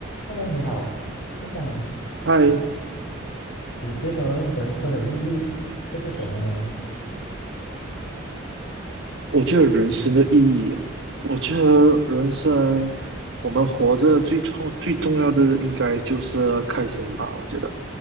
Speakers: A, on the left; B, on the right.
A: Hello，你好，我想
B: 嗨，
A: 请，你觉得人生的意义会是什么呢？
B: 我觉得人生的意义啊，我觉得人生我们活着最重最重要的应该就是开心吧。我觉得，